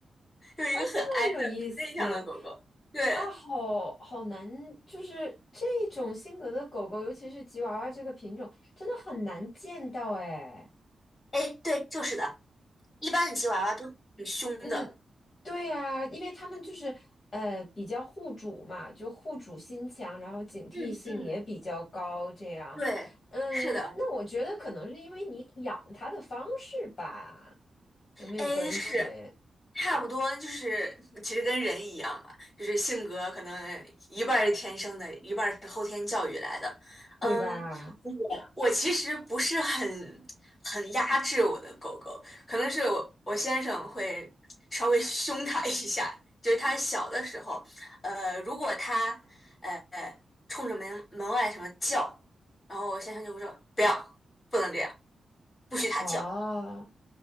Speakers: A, on the left; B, on the left.
A: <laughs> 就是一个很
B: 啊，这么有意思
A: i 的、很内向的狗狗。对，
B: 啊，好好难，就是这种性格的狗狗，尤其是吉娃娃这个品种，真的很难见到哎。
A: 哎，对，就是的，一般的吉娃娃都挺凶的。
B: 嗯，对呀，因为他们就是呃比较护主嘛，就护主心强，然后警惕性也比较高，
A: 嗯嗯，
B: 这样。
A: 对，
B: 嗯，
A: 是的，
B: 那我觉得可能是因为你养它的方式吧，有没有关系？
A: 哎，是。差不多就是其实跟人一样嘛，就是性格可能一半儿是天生的，一半儿是后天教育来的。
B: 对吧？
A: 嗯，我其实不是很很压制我的狗狗，可能是我我先生会稍微 <laughs> 凶它一下，就是它小的时候，呃，如果它呃冲着门门外什么叫，然后我先生就会说不要，不能这样，不许它叫。
B: 哦。